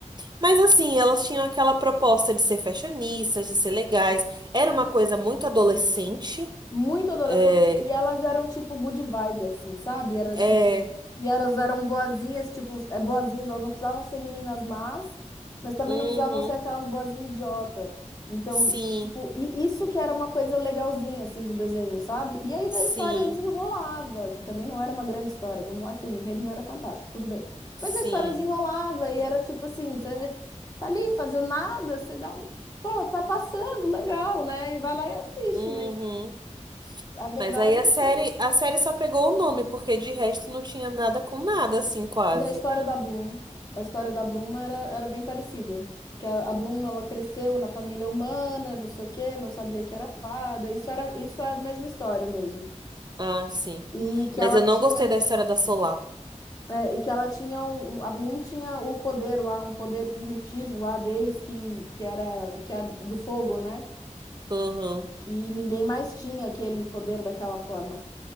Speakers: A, on the right; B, on the left.
A: Mas assim, elas tinham aquela proposta de ser fashionistas, de ser legais. Era uma coisa muito adolescente.
B: muito adolescente
A: É,
B: e elas eram tipo good vibe, assim, sabe? Era
A: é,
B: tipo. E elas eram boazinhas, tipo, é, boazinhas, elas não precisavam ser meninas más, mas também
A: uhum,
B: não precisavam ser aquelas boazinhas idiota. Então,
A: sim,
B: tipo, e isso que era uma coisa legalzinha, assim, do desenho, sabe? E aí
A: sim,
B: da história desenrolava, que também não era uma grande história. Vamos lá, que o enredo não era fantástico, tudo bem.
A: sim,
B: Mas a história desenrolava e era tipo assim, você tá ali fazendo nada, você dá um. Pô, tá passando, legal, né? E vai lá e assiste,
A: uhum.
B: mas. A verdade
A: Mas aí a
B: é
A: série,
B: que
A: a série só pegou o nome, porque de resto não tinha nada com nada, assim, quase.
B: e a história da Bloom, a história da Bloom era, era bem parecida. Que a, a Bloom ela cresceu na família humana, não sei o quê, não sabia que era fada. Isso era isso é a mesma história mesmo.
A: Ah, sim.
B: E que
A: Mas
B: ela
A: eu
B: tinha
A: não gostei da história da Solar.
B: é, e que ela tinha um, um- a Bloom tinha o poder lá, um poder primitivo lá deles que que era que é do fogo, né?
A: Uhum,
B: Que ninguém mais tinha aquele poder daquela forma.